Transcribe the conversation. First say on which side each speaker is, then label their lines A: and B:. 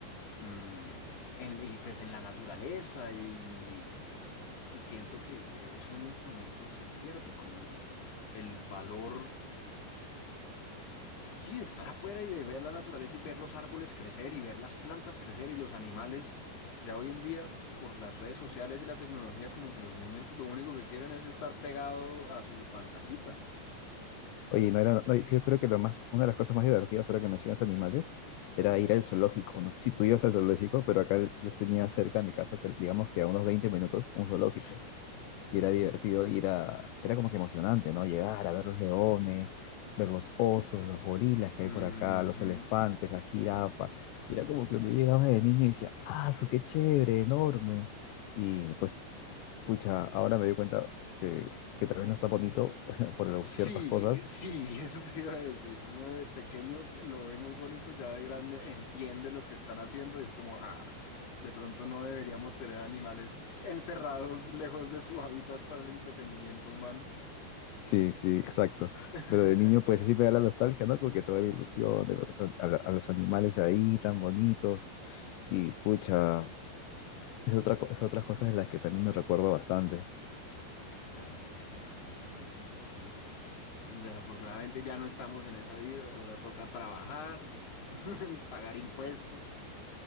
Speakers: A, on the left; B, on the left.
A: mm, en, y pues en la naturaleza y, y siento que eso en este momento se pierde, como el, el valor, sí, de estar afuera y de ver la naturaleza y ver los árboles crecer y ver las plantas crecer y los animales. Ya hoy en día, por las redes sociales y la tecnología, como que los niños lo único que quieren es estar pegado a su pantallita.
B: Oye, no era, no, yo creo que lo más, una de las cosas más divertidas ahora que mencionas animales era ir al zoológico. No sé si tú ibas al zoológico, pero acá yo tenía cerca de mi casa, que digamos que a unos 20 minutos, un zoológico. Y era divertido ir a, era como que emocionante, ¿no? Llegar a ver los leones, ver los osos, los gorilas que
A: Ujú.
B: hay por acá, los elefantes, la jirafa. Y era como que yo llegaba de niño y decía, ¡ah, su qué chévere, enorme! Y pues, pucha, ahora me doy cuenta que, que tal vez no está bonito <laughs> por
A: Sí,
B: ciertas cosas
A: sí, <laughs> eso te iba a decir. Uno de pequeño lo ve muy bonito, ya de grande entiende lo que están haciendo y es como, ah, de pronto no deberíamos tener animales encerrados <laughs> lejos de su hábitat para el entretenimiento humano.
B: Sí, sí, exacto.
A: <laughs>
B: Pero de niño, pues sí me da la nostalgia, ¿no? Como que toda la ilusión de ver los an- a, la- a los animales ahí tan bonitos. Y pucha, es otra, co- es otras cosas de las que también me recuerdo bastante.
A: Ay, hermano, bueno, pues sí. Desafortunadamente ya no estamos en esa vida, ahora toca trabajar, <laughs> pagar impuestos,